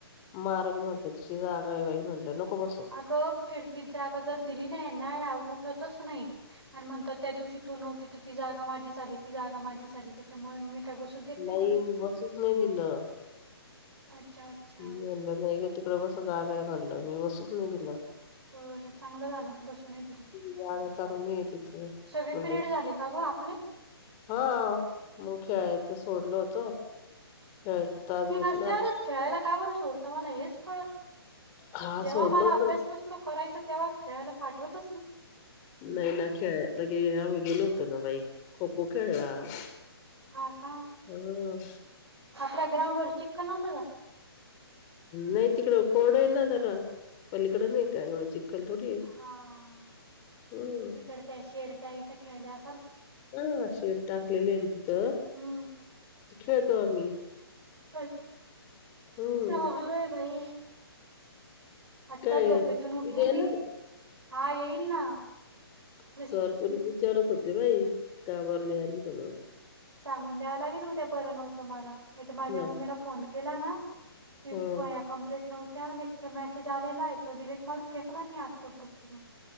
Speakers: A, on the left (about 25°); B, on the right (about 80°).
A: मारण म्हटलं, तिची जागा आहे बाई... म्हटलं नको बसू
B: अगं खिडकीत जागा जर दिली ना यांना, या उठ तच नाही आणि म्हणतात त्या दिवशी तू नव्हती तर ती जागा माझी झाली, ती जागा माझी झाली त्याच्यामुळे मी काय बसू देत
A: नाही
B: कोणा
A: बसूच नाही दिलं.
B: अच्छा अच्छा.
A: म्हणलं नाही ग, तिकडं बसा जागा आहे म्हटलं... मी बसूच नाही दिलं.
B: बरं... चांगलं झालं, बसू नाय दिलं.
A: तिची
B: <unintelligible>
A: जागा चांगली आहे तिथे
B: सगळे
A: म्हणलं
B: पिरियड झाले का गं आपले?
A: हा, मग खेळायचं सोडलं होतं खेळायचा तास
B: मी
A: घेतला
B: नसल्यावरच खेळायला का बरं सोडता, मला हेच कळत
A: हा
B: जेव्हा
A: सोडलं
B: मला
A: होत
B: अभ्यास नसतो करायचा तेव्हा खेळायला पाठवतच नाही.
A: नाई ना, खेळायला आम्ही गेलो होतो ना बाई, खो खो खेळला <unintelligible>
B: हा का
A: हम्म
B: आपल्या ग्राउंड वर चिखल नव्ह
A: नई तिकडं कोरडं आहे ना जरा, पलीकडं नई काय एवढं चिखल थोडी आहे
B: हा
A: हम्म
B: तिकड त्या शेडच्या इथं खेळल्या अस
A: हा शेड टाकलेलं ए ना तिथं
B: हम्म.
A: खेळतो आम्ही.
B: <unintelligible>
A: हम्म
B: चांगलं ए बाई आत्ता
A: काय
B: झोपेतून उठली
A: गं
B: मी हा येईल ना
A: <inaudible>
B: जशी
A: सर तुला विचारत होते बाई, का बरं नाई आली म्हणून.
B: सांगून द्यावं लागेल उद्या बर नव्हतं मला. मी तर माझ्या
A: ना
B: मम्मीला फोन केला ना की
A: हं.
B: वह्या कंप्लीट नव्हत्या तो मेसेज आलेला आहे तो डिलीट मारून फेकला मी आत्ता ग्रुप हा